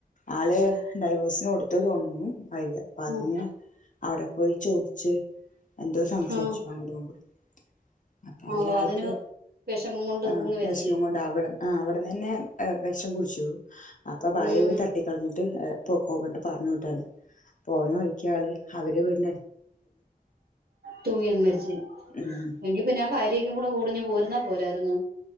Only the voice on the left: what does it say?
ആള് ഡൈവേഴ്സിന് കൊടുത്തു തോന്നുന്നു ഭാര്യ അപ്പ അതിന്
അവിടെ പോയി ചോദിച്ച് എന്തോ സംസാരിച്ചു
അടികൂടി അപ്പൊ അതിലാൾക്ക്
ആ
വിഷമം കൊണ്ട ആാവട ആഹ് അവിടെന്ന്ന്നെ വിഷം കുടിച്ച അപ്പൊ ഭാര്യ
പോയി തട്ടിക്കളഞ്ഞിട്ട് പോക്ക പറഞ്ഞട്ടാണ് പോണ ഒഴിക്കള് അവര് വീടി
ഉം